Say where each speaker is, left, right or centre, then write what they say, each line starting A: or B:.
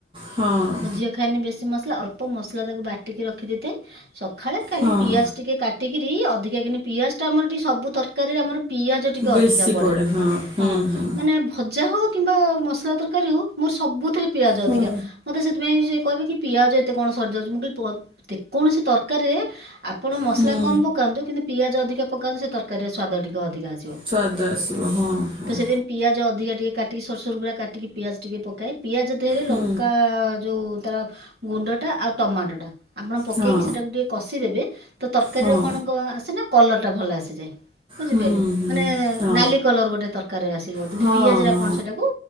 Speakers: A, on the right (about 30°); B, on the right (about 60°).
A: ହଁ
B: ମୋ ଝିଅ ଖାଏନି ବେଶୀ ମସଲା ଅଳ୍ପ ମସଲା ତାକୁ ବାଟିକି ରଖି ଦେଇଥାଏ ସଖାଳେ ଖାଲି
A: ହଁ
B: ପିଆଜ ଟିକେ କାଟିକିରି ଅଧିକା କିିନି ପିଆଜ ଟା ଆମର ଟିକେ ସବୁ ତରକାରୀ ଆମର ପିଆଜ ଟିକେ
A: ବେଶୀ
B: ଅଧିକା ପଡେ
A: ପଡ଼େ ହୁଁ
B: ହଁ
A: ହୁଁ
B: ମାନେ ଭଜା ହଉ କିମ୍ବା ମସଲା ତରକାରୀ ହଉ ମୋର ସବୁଥିରେ ପିଆଜ
A: ହୁଁ
B: ଅଧିକା। ମତେ ସେଥିପାଇଁ ସେ କହିବେ କି ପିଆଜ ଏତେ କଣ ସରିଯାଉଛି ମୁଁ କହିଲି ଯେକୌଣସି ତରକାରୀରେ ଆପଣ ମସଲା
A: ହୁଁ
B: କମ୍ ପକାନ୍ତୁ କିନ୍ତୁ ପିଆଜ ଅଧିକା ପକାନ୍ତୁ ସେ ତରକାରୀର ସ୍ଵାଦ ଟିକେ ଅଧିକା ଆସିବ।
A: ସ୍ବାଦ ଆସିବ ହଁ ହଁ।
B: ତ ସେଥିପାଇଁ ପିଆଜ ଅଧିକା ଟିକେ କାଟିକି ସରୁ ସରୁ ପୁରା କାଟିକି ପିଆଜ ଟିକେ ପକାଏ। ପିଆଜ ଦେହରେ
A: ହୁଁ
B: ଲଙ୍କା ଯୋଉ ତାର ଗୁଣ୍ଡ ଟା ଆଉ ଟମାଟୋ ଟା। ଆପଣ ପକେଇକି
A: ହଁ
B: ସେଟାକୁ ଟିକେ କଷିଦେବେ ତ ତରକାରୀର
A: ହଁ
B: କଣ କ ଆସେ ନା କଲର ଟା ଭଲ ଆସିଯାଏ, ବୁଝିପାଇଲେ
A: ହୁଁ ହୁଁ
B: ମାନେ
A: ହଁ
B: ନାଲି କଲର ଗୋଟେ ତର କାରୀରେ ଆସିବ ଯଦି
A: ହଁ ହଁ
B: ପିଆଜ ରେ ଆପଣ ସେଟାକୁ